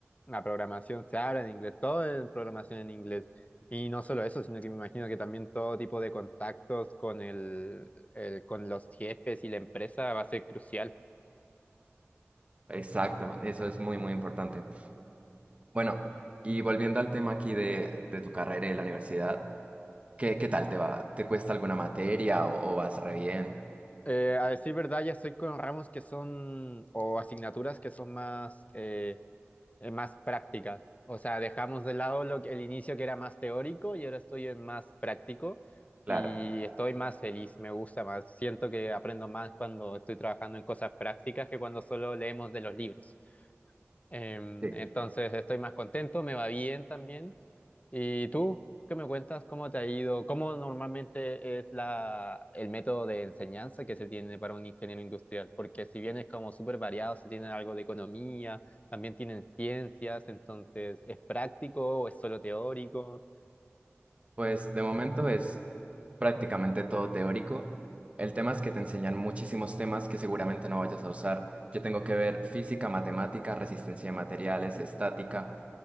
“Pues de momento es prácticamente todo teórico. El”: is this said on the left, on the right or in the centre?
Right